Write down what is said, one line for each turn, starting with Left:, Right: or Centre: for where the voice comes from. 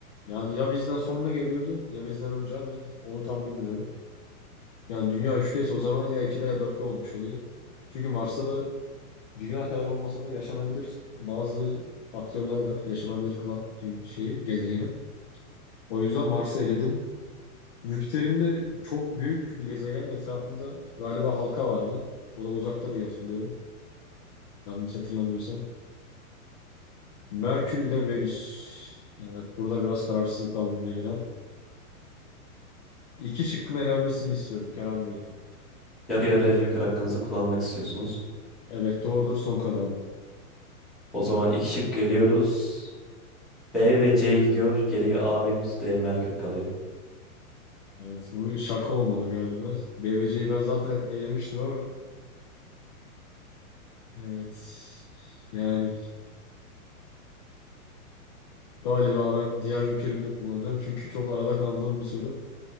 Left: Yani ya bizden sonra geliyordu ya bizden önce ama onu tam bilmiyorum. Yani dünya üçteyse o zaman ya 2'de ya dörtte olmuş oluyor. Çünkü Mars'ta da dünya kadar olmasa da yaşanabilir bazı faktörler var. Yaşanabilir kılan dü- şeyi, gezegeni. O yüzden Mars'ı eledim. Jüpiter'in de çok büyük bir gezegen etrafında galiba halka vardı. O da uzakta diye hatırlıyorum. Yanlış hatırlamıyorsam. Merkür ile Venüs. Evet burada biraz kararsız kaldım yeniden. İki şıkkın elenmesini istiyorum Kenan Bey.
Centre: Yarı yarıya Joker hakkınızı kullanmak istiyorsunuz.
Left: Evet doğrudur son karar.
Centre: O zaman iki şık geliyoruz. B ve C gidiyor. Geriye A, Venüs, D, Merkür kalıyor.
Left: Evet bu şaka olmalı galiba. BVC'yi ben zaten elemiştim ama evet yani galiba ben diğer jokerimi de kullanacağım. Çünkü çok arada kaldığım bir soru.